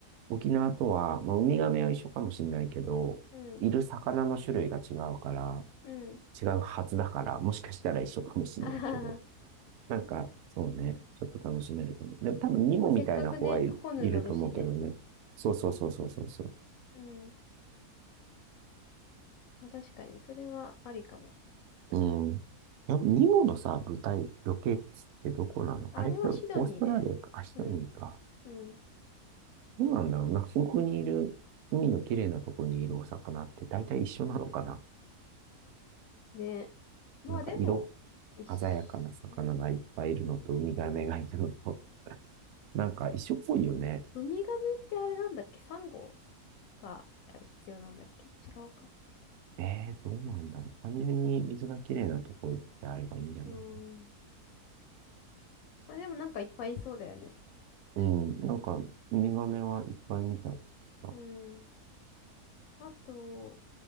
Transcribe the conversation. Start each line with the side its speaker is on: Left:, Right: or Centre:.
Right: 沖縄とは、まあ、ウミガメは一緒かもしれないけど、
Left: うん。
Right: いる魚の種類が違うから、
Left: うん。
Right: 違うはずだから、もしかしたら一緒かもしれないけど、
Left: あはは。
Right: なんか、そうね、ちょっと楽しめるかも。でも多分、ニモみたいな子はい、
Left: まあせっかくね、ホヌ乗るしね。
Right: いると思うけどね。そうそうそうそうそうそう。
Left: うん。まあ確かに、それはありかも。
Right: うん。やっぱニモのさ、舞台、ロケ地ってどこなのあれってオーストラリアか、
Left: あれはシドニーだよね。
Right: アシドニーか。
Left: うん。うん。
Right: どうなんだろうな。そこにいる、海の綺麗なとこにいるお魚って大体一緒なのかな
Left: ね。まあでも、
Right: なんか色、
Left: 一緒
Right: 鮮やかな魚がいっぱいいるのと、ウミガメがいるのと、<laughs> なんか一緒っぽいよね。
Left: ウミガメってあれなんだっけサンゴが必要なんだっけ違うか。
Right: えー、どうなんだろう。単純に水が綺麗なところであればいいんじゃないの
Left: うーん。まあでもなんかいっぱいいそうだよね。
Right: うん、なんか、ウミガメはいっぱい見たって言って
Left: うん。あと、